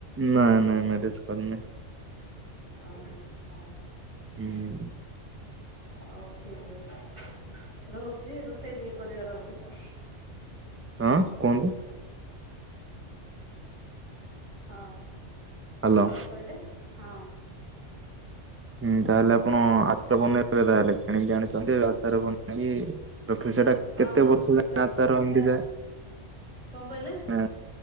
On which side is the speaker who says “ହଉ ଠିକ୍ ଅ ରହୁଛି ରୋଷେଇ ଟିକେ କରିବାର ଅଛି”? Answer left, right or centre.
Right